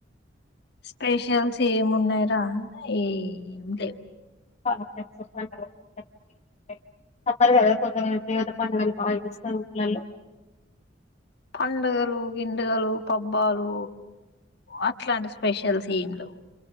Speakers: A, on the left; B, on the left.
A: స్పెషల్స్ ఏమ్ ఉన్నాయిరా ఏం లేవు
B: <unintelligible> తప్పదు గాదా కొంత <unintelligible> ఏమైతే పండుగలు బాగా చేస్తారు. ఊర్లల్లో
A: పండగలు గిండుగలు పబ్బాలు అట్లాంటి స్పెషల్స్ ఏం లేవు